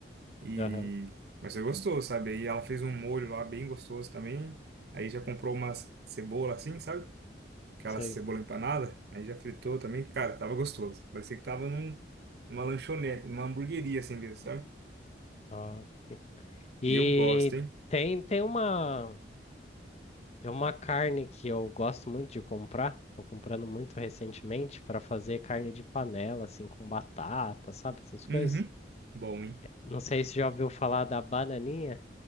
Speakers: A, on the right; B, on the left.
A: e...
B: Aham,
A: Mas foi gostoso, sabe? Aí ela fez um molho lá bem gostoso também, aí já comprou umas cebola assim, sabe? aquela
B: sei.
A: cebola empanada, aí já fritou também, cara, tava gostoso. Parecia que tava num, numa lanchonete, numa hamburgueria assim mesmo, sabe?
B: Ah, E
A: E eu gosto, hein?
B: tem, tem uma. Tem uma carne que eu gosto muito de comprar, tô comprando muito recentemente para fazer carne de panela, assim, com batata, sabe? Essas coisas.
A: Uhum. Bom, hein?
B: Não sei se já ouviu falar da bananinha.